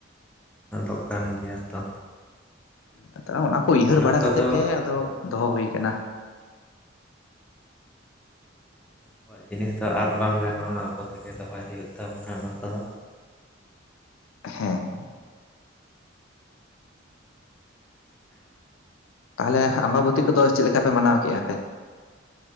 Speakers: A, in the centre; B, on the left (about 80°).
A: ᱟᱫᱚᱜ ᱠᱟᱱ ᱜᱮᱭᱟ ᱛᱚ
B: ᱟᱫᱚ ᱚᱱᱟ ᱠᱚ ᱩᱭᱦᱟᱹᱨ
A: ᱚᱱᱟ
B: ᱵᱟᱲᱟ
A: ᱠᱚᱫᱚ
B: ᱠᱟᱛᱮᱜ ᱜᱮ ᱟᱫᱚ ᱫᱚᱦᱚ ᱦᱩᱭ ᱟᱠᱟᱱᱟ
A: ᱟᱵᱚᱣᱟᱜ ᱡᱤᱱᱤᱥ ᱫᱚ ᱟᱫ ᱵᱟᱝ ᱜᱟᱱᱚᱜ-ᱟ ᱟᱵᱚ ᱛᱮᱜᱮ ᱫᱚᱦᱚᱭ ᱦᱩᱭᱩᱜ ᱛᱟᱵᱚᱱᱟ ᱚᱱᱟ ᱠᱚᱫᱚ
B: ᱦᱮᱸ ᱛᱟᱦᱚᱞᱮ ᱟᱢᱵᱟᱵᱚᱛᱤ ᱠᱚᱫᱚ ᱪᱮᱫ ᱞᱮᱠᱟ ᱯᱮ ᱢᱟᱱᱟᱣ ᱠᱮᱫ-ᱟ ᱯᱮ